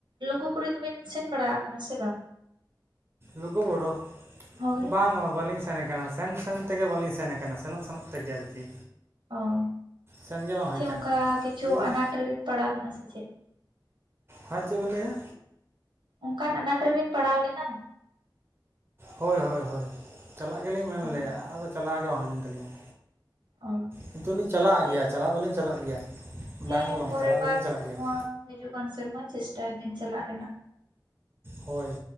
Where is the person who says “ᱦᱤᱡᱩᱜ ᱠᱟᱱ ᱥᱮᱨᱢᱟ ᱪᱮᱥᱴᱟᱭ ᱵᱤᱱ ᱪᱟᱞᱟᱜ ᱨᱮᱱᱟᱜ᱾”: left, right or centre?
Right